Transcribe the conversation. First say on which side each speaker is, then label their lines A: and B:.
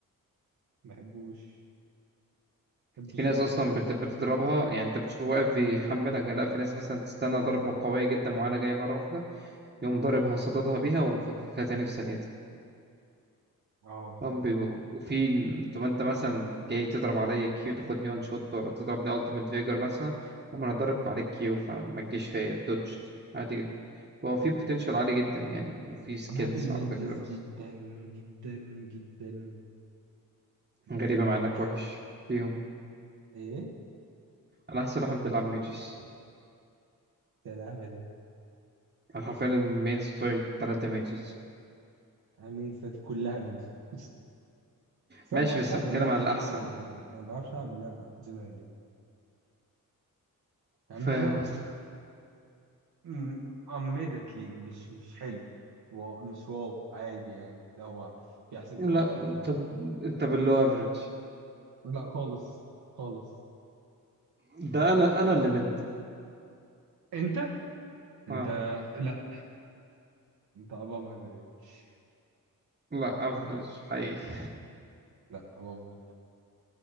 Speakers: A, on the right; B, on the right.
A: ما بحبوش ما بحبش
B: في ناس
A: المنشن
B: اصلا بت- بتضربها يعني انت بتشوفه واقف بيحملها كده. لا في ناس مثلا تستنى ضربة قوية جدا معينة جاية مرة واحدة يقوم ضاربها صاددها بيها وفككها تاني في ثانيتها
A: اه
B: هم بيبقوا وفي طب انت مثلا جاي تضرب عليا كيو تاخدني وان شوت ولا تضربني التيمت فيجر مثلا هم انا ضارب عليك كيو فما تجيش فيا دوجت عادي جدا فهو في بوتنشال عالي جدا يعني وفي سكيلز
A: أنا بحب الميجز
B: على فكرة بس
A: جدا جدا جدا أنا بحب
B: غريبة
A: الميجز
B: مع انك وحش بيهم
A: ايه
B: انا احسن واحد بيلعب ميجز
A: يا لهبل يعني
B: أنا حرفيا المينز بتوعي تلاتة ميجز
A: أنا الميجز بتاعتي كلها ميجز بس
B: ماشي
A: انا ما بعرفش
B: بس
A: العب
B: أنا بتكلم
A: اللعبه
B: على
A: جنرالي
B: الأحسن
A: يعني انا ما بعرفش العب اللعبه جنرالي يعني
B: فاهم
A: إن انا
B: قصدك
A: م- قمدت ليج مش مش حلو و- مش واو عادي يعني ده هو في احسن
B: لا
A: مني كتير
B: أنت
A: قوي
B: أنت باللو أفريج
A: لا خالص خالص
B: ده انا انا اللي مد
A: انت انت
B: أه
A: لا انت above average
B: لا أفريج حقيقي
A: لا above